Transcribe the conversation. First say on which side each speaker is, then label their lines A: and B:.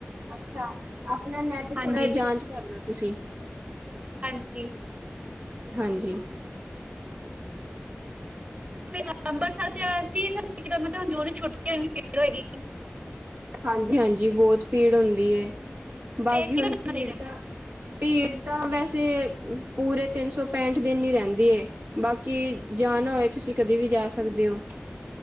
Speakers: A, on the right (about 60°); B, on the right (about 35°).
A: ਅੱਛਾ ਆਪਣਾ ਨੈਟ
B: ਹਾਂਜੀ
A: ਥੋੜ੍ਹਾ ਜਿਹਾ ਜਾਂਚ ਕਰ ਲੋ ਤੁਸੀਂ
B: ਹਾਂਜੀ
A: ਹਾਂਜੀ
B: ਮੈਂ ਅੰਬਰਸਰ 'ਚ ਅਸੀਂ ਮਤਲਬ ਜੋ ਛੁੱਟੀਆਂ ਇੰਨੀ ਭੀੜ ਹੋਏਗੀ। <unintelligible>
A: ਹਾਂਜੀ ਹਾਂਜੀ ਬਹੁਤ ਭੀੜ ਹੁੰਦੀ ਐ ਬਾਕੀ
B: ਤੇ ਕਿਦੋਂ
A: ਹੁਣ
B: ਜਾਣਾ
A: ਭੀੜ
B: ਚਾਹੀਦਾ
A: ਤਾਂ ਭੀੜ ਤਾਂ ਵੈਸੇ ਪੂਰੇ ਤਿੰਨ ਸੌ ਪੈਂਠ ਦਿਨ ਹੀ ਰਹਿੰਦੀ ਏ ਬਾਕੀ ਜਾਣਾ ਹੋਏ ਤੁਸੀਂ ਕਦੀ ਵੀ ਜਾ ਸਕਦੇ ਓ